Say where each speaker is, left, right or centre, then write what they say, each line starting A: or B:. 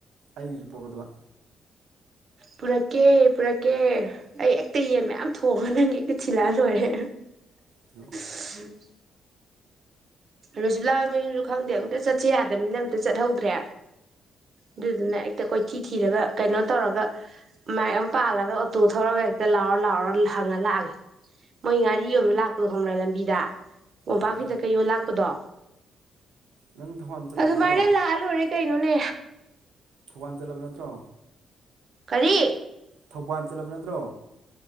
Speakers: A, on the right (about 90°); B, on the right (about 40°).
A: ꯑꯩꯒꯤꯁꯨ ꯄꯣꯛꯀꯗꯕ
B: ꯄꯨꯔꯛꯀꯦ ꯄꯨꯔꯛꯀꯦ ꯑꯩ ꯑꯦꯛꯇ ꯌꯦꯟ ꯃꯌꯥꯝ ꯊꯣꯡꯉ ꯅꯪꯒꯤꯛꯇ ꯊꯤꯜꯂꯛ ꯂꯣꯏꯔꯦ
A: ꯊꯤꯜꯂꯛꯑꯣ
B: ꯎꯝ ꯔꯣꯁꯤꯕꯂꯥ ꯍꯣꯏ ꯃꯌꯨꯝꯁꯨ ꯈꯪꯗꯦ ꯑꯃꯨꯛꯇ ꯆꯠꯁꯤꯦ ꯌꯥꯗꯕꯅꯤꯅ ꯑꯝꯛꯇ ꯆꯠꯍꯧꯗ꯭ꯔꯦ ꯑꯗꯨꯗꯨꯅ ꯍꯦꯛꯇ ꯀꯣꯏꯊꯤ ꯊꯤꯔꯒ ꯀꯩꯅꯣ ꯇꯧꯔꯒ ꯃꯥꯏꯛ ꯑꯃ ꯄꯥꯜꯂꯒ ꯑꯣꯇꯣ ꯊꯧꯔꯒ ꯍꯦꯛꯇ ꯂꯥꯎꯔ ꯂꯥꯎꯔ ꯍꯪꯉ ꯂꯥꯛꯑꯒꯦ ꯃꯣꯏ ꯉꯥꯔꯤ ꯌꯣꯟꯕ ꯂꯥꯛꯄꯗꯣ ꯈꯣꯡꯕ꯭ꯔꯥ ꯂꯝꯕꯤꯗ ꯄꯝꯄꯥꯛ
A: ꯈꯪꯉꯦ
B: ꯈꯤꯇ ꯀꯩ ꯌꯣꯜ ꯂꯥꯛꯄꯗꯣ
A: ꯅꯪ ꯊꯧꯕꯥꯜ ꯆꯠꯂꯕ
B: ꯑꯗꯨꯃꯥꯏꯅ
A: ꯅꯠꯇ꯭ꯔꯣ
B: ꯂꯥꯜꯂꯨꯔꯦ ꯀꯩꯅꯣꯅꯦ
A: ꯊꯧꯕꯥꯜ ꯆꯠꯂꯕ ꯅꯠꯇ꯭ꯔꯣ
B: ꯀꯔꯤ
A: ꯊꯧꯕꯥꯜ ꯆꯠꯂꯕ ꯅꯠꯇ꯭ꯔꯣ